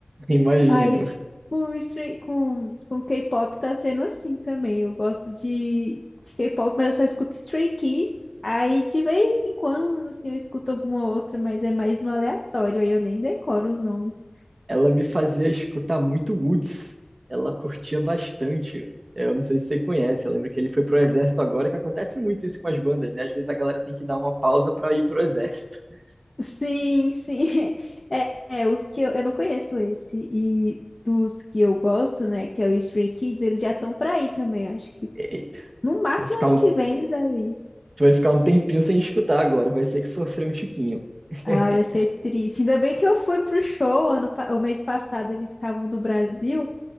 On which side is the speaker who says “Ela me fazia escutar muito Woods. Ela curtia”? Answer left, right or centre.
Right